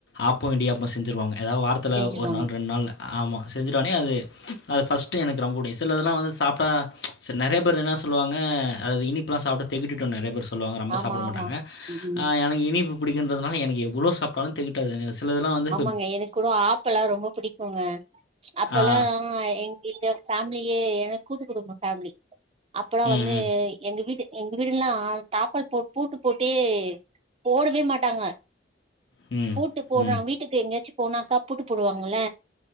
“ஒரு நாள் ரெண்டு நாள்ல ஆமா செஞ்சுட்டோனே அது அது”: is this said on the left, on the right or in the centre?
Left